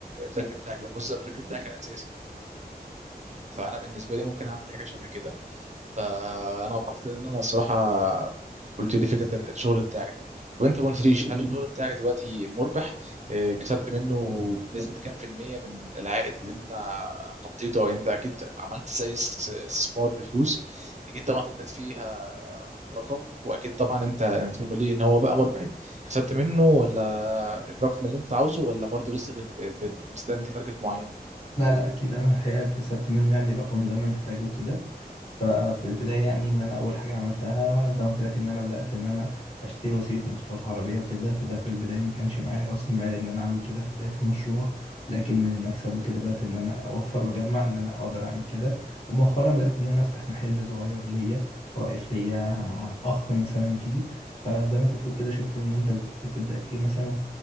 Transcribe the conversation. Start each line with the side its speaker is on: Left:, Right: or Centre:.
Right: الربح بتاعك ده مصدر الربح بتاعك الاساسي يعني. فانا بالنسبه لي ممكن اعمل حاجه شبه كده فانا وقفت ان انا الصراحه قلت لي فكره الشغل بتاعك ده وانت ما قلتليش هل الشغل بتاعك دلوقتي مربح آه، كسبت منه بنسبه كام في الميه من العائد اللي انت حطيته او انت اكيد عملت زي است- استثمار لفلوس اكيد طبعا حطيت فيها رقم واكيد طبعا انت انت بتقول لي ان هو بقى مربح كسبت منه ولا الرقم اللي انت عاوزه ولا برضه لسه بت- بت- مستني تارجت معين
Left: لا لا اكيد انا الحقيقة كسبت منه يعني الرقم اللي انا محتاجه وكده ففي البداية يعني إن أنا أول حاجة عملتها زي ما قلت لك إن أنا بدأت إن أنا أشتري وسيلة مواصلات عربية وكده فده في البداية ما كانش معايا رأس المال إن أنا أعمل كده في بداية المشروع لكن من المكسب وكده بدأت إن أنا أوفر وأجمع إن أنا أقدر أعمل كده ومؤخرا بدأت إن أنا أفتح محل صغير ليا واقف ليا أخ مثلا فيه فزي ما أنت بتقول كده شفت إن أنت بتبدأ إيه مثلا